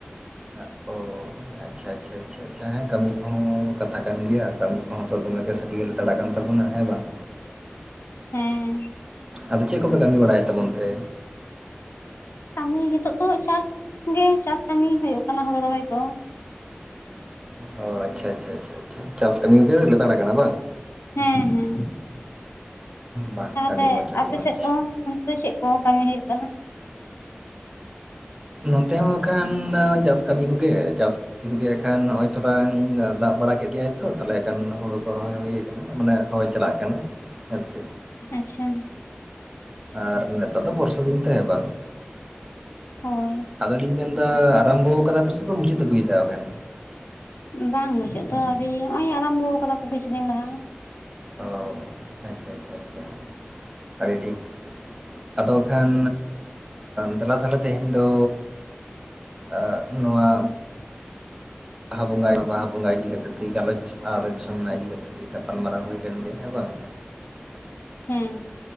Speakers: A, on the right; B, on the left.
A: <unintelligible> ᱟᱪᱪᱷᱟ ᱟᱪᱪᱷᱟ ᱟᱪᱷᱟ ᱦᱮᱸ ᱠᱟᱹᱢᱤ ᱠᱚᱦᱚᱸ ᱠᱟᱛᱷᱟ ᱠᱟᱱ ᱜᱮᱭᱟ ᱠᱟᱹᱢᱤ ᱠᱚᱦᱚᱸ ᱛᱚ ᱫᱚᱢᱮ ᱥᱟᱹᱨᱤ ᱜᱮ ᱛᱟᱲᱟ ᱠᱟᱱ ᱛᱟᱵᱚᱱᱟ ᱦᱮᱸ ᱵᱟᱝ
B: ᱦᱮᱸ
A: ᱟᱫᱚ ᱪᱮᱫ ᱠᱚᱯᱮ ᱠᱟᱹᱢᱤ ᱵᱟᱲᱟᱭᱮᱫ ᱛᱟᱵᱚᱱ ᱛᱮ?
B: ᱠᱟᱹᱢᱤ ᱱᱤᱛᱚᱜ ᱫᱚ ᱪᱟᱥ ᱜᱮ ᱪᱟᱥ ᱠᱟᱹᱢᱤ ᱦᱩᱭᱩᱜ ᱠᱟᱱᱟ ᱦᱩᱲᱳ ᱨᱚᱦᱚᱭ ᱠᱚ᱾
A: ᱚ ᱚ ᱟᱪᱪᱷᱟ ᱟᱪᱪᱷᱟ ᱟᱪᱪᱷᱟᱷᱟ ᱪᱟᱥ ᱠᱟᱹᱢᱤ ᱠᱚᱜᱮ ᱞᱛᱟᱲ ᱟᱠᱟᱱᱟ ᱵᱟᱝ
B: ᱦᱮᱸ ᱦᱮᱸ
A: ᱵᱟ
B: ᱛᱟᱦᱚᱞᱮ
A: ᱟᱹᱰᱤ ᱢᱚᱡᱽ ᱟᱹᱰᱤ
B: ᱟᱯᱮᱥᱮᱫ
A: ᱢᱚᱡᱽ
B: ᱫᱚ? ᱚᱱᱛᱮ ᱫᱚ ᱪᱮᱫ ᱠᱚ ᱠᱟᱹᱢᱤ ᱦᱩᱭᱩᱜ ᱠᱟᱱᱟ
A: ᱱᱚᱱᱛᱮ ᱦᱚᱸ ᱵᱟᱠᱷᱟᱱ ᱫᱚ ᱪᱟᱥ ᱠᱟᱹᱢᱤ ᱠᱚᱜᱮ ᱪᱟᱥ ᱜᱮ ᱠᱷᱟᱱ ᱱᱚᱜᱚᱭ ᱛᱚᱴᱟ ᱫᱟᱜ ᱵᱟᱲᱟ ᱠᱮᱫ ᱜᱮᱭᱟᱭ ᱛᱚ ᱛᱟᱦᱮ ᱮᱠᱷᱟᱱ ᱦᱳᱲᱩ ᱠᱚ ᱨᱚᱦᱚᱭ ᱦᱩᱭ ᱟᱠᱟᱱᱟ᱾ ᱢᱟᱱᱮ ᱨᱚᱦᱚᱭ ᱪᱟᱞᱟᱜ ᱠᱟᱱᱟ ᱦᱮᱸ ᱥᱮᱪᱮᱼᱼ
B: ᱟᱪᱪᱷᱟ
A: ᱟᱨ ᱱᱮᱛᱟᱨ ᱫᱚ ᱵᱚᱨᱥᱟ ᱫᱤᱱ ᱛᱮ ᱵᱟᱝ
B: ᱦᱳᱭ
A: ᱟᱫᱚᱞᱤᱧ ᱢᱮᱱᱫᱟ ᱟᱨᱟᱢᱵᱷᱚᱣ ᱟᱠᱟᱫᱟ ᱯᱮ ᱥᱮᱯᱮ ᱢᱩᱪᱟᱹᱫ ᱟᱹᱜᱩᱭᱮᱫᱟ ᱠᱷᱟᱱ
B: ᱵᱟᱝ ᱢᱩᱪᱟᱹᱫ ᱫᱚ ᱟᱹᱣᱨᱤ ᱱᱚᱜ-ᱚᱭ ᱟᱨᱟᱢᱵᱚ ᱟᱠᱟᱫᱟ ᱠᱚ ᱠᱤᱪᱷᱩ ᱫᱤᱱ ᱞᱟᱦᱟ᱾
A: ᱚ ᱟᱪᱪᱷᱟ ᱟᱪᱪᱷᱟ ᱟᱪᱪᱷᱟ ᱟᱹᱰᱤ ᱴᱷᱤᱠ᱾ ᱟᱫᱚ ᱠᱷᱟᱱ ᱫᱮᱞᱟ ᱛᱟᱦᱚᱞᱮ ᱛᱮᱦᱮᱧ ᱫᱚ ᱟᱦ ᱱᱚᱣᱟ ᱵᱟᱦᱟ ᱵᱚᱸᱜᱟᱟᱭ ᱵᱟᱦᱟ ᱵᱚᱸᱜᱟ ᱤᱫᱤ ᱠᱟᱛᱮ ᱠᱟᱹᱡ ᱜᱟᱞᱚᱪ ᱟᱨ ᱡᱚᱢᱱᱟ ᱤᱫᱤ ᱠᱟᱛᱮ ᱠᱟᱹᱡ ᱜᱟᱯᱟᱞᱢᱟᱨᱟᱣ ᱦᱩᱭ ᱞᱮᱱᱜᱮ ᱦᱮᱸ ᱵᱟᱝ
B: ᱦᱮᱸ